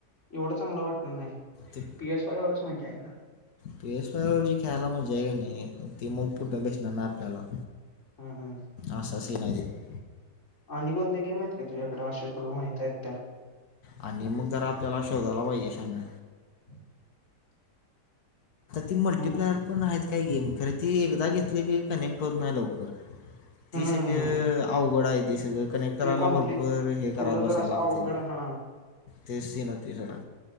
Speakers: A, on the left (about 45°); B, on the left (about 60°).
A: एवढं चांगलं वाटणार नाही,
B: ते
A: पी एस फाय वरच मजा आहे, ना.
B: पी एस फाय, वर जी खेळायला मजा हाय कणी नाही, ती मग पुठं बेसणार नाही आपल्याला.
A: हम, हम,
B: असा सिन, आहय तो,
A: आणि, कोणत्या गेम आहेत का, तुझ्या, कडे अशा तुला माहित आहेत त्या,
B: आणि, मग जर आपल्याला, शोधायला पाहिजे शहाण्या.
A: <unintelligible>
B: ती मल्टीप्लेअर
A: हम्म
B: पण आहेत काही गेम, खरं ती एकदा घेतली की कनेक्ट होत नाही लवकर.
A: हम्म.
B: ती सगळ अवघड आहे ती सगळ कनेक्ट करायला
A: ते कॉम्प्लिक
B: भरपूर हे
A: थोडं
B: करात
A: जर
B: बसावं
A: असं
B: लागते,
A: अवघड हा
B: ते सीन ते सगळा.